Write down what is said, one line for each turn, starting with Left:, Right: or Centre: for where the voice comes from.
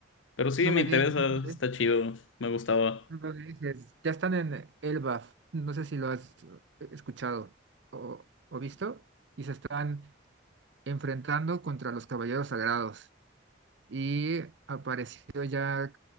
Left: Pero sí,
Right: No
Left: me
Right: me
Left: interesa,
Right: digas, no me
Left: está
Right: dejes,
Left: chido, me gustaba.
Right: no me dejes. Ya están en Elbaf, no sé si lo has eh, escuchado o, o visto, y se están enfrentando contra los Caballeros Sagrados. y apareció ya